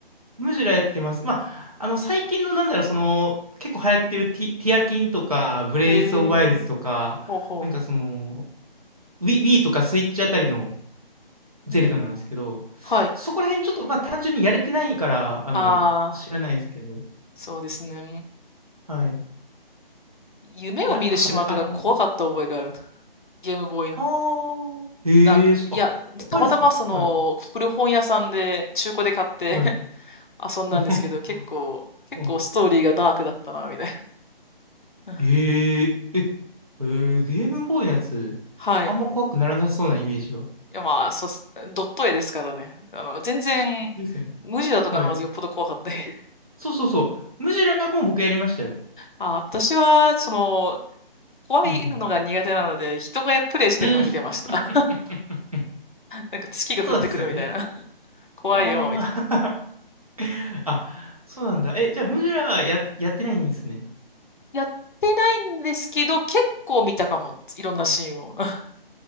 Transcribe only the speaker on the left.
へえ。
ほうほ
う。うん。はい。
ああ、
そうですね。
夢を見る島とか怖かった覚えがある。
ゲームボーイの。
なんか、いや、
たまたまその古本屋さんで中古で買って
<laughs> 遊んだんですけど、
結構、結構ストーリーがダークだったな、
みたいな。
<laughs> はい。
いや、まあ、そうっす、ドット絵ですからね。あの、全然、
無ジだとかの方がよっぽど怖かった。
<laughs>
あ、私は、その、怖いのが苦手なので、
人がやプレイしてるのを見てました。
なんか月が降ってくるみたいな。
<laughs> 怖いよ、
みたい
な。やってないんですけど、結構見たかも。いろんなシーンを。<laughs>